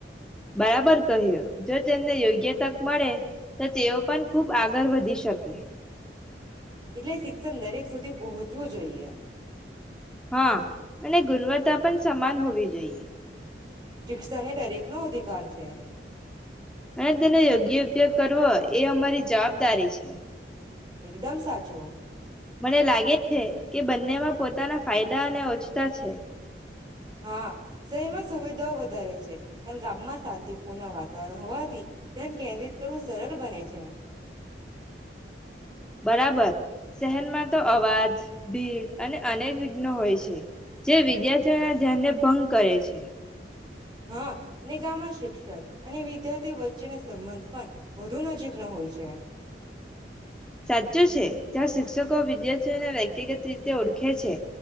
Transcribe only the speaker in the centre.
બરાબર કહ્યું. જો તેમને યોગ્ય તક મળે તો તેઓ પણ ખુબ આગળ વધી શકે.
હા અને ગુણવત્તા પણ સમાન હોવી જોઈએ.
અને તેનો યોગ્ય ઉપયોગ કરવો એ અમારી જવાબદારી છે.
મને લાગે છે કે બંનેમાં પોતાના ફાયદા અને ઓછતા છે.
બરાબર શહેરમાં તો અવાજ, ભીડ અને અનેક વિઘ્નો હોય છે જે વિદ્યાર્થીઓના ધ્યાનને ભંગ કરે છે.
સાચું છે જ્યાં શિક્ષકો વિદ્યાર્થીઓને વ્યક્તિગત રીતે ઓળખે છે,